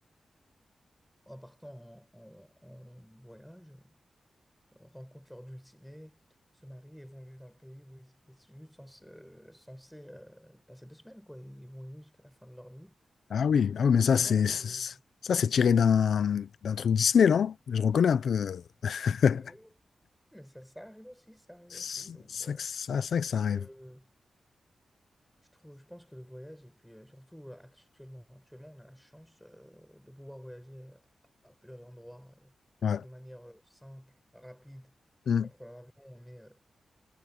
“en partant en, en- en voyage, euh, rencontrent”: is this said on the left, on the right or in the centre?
Centre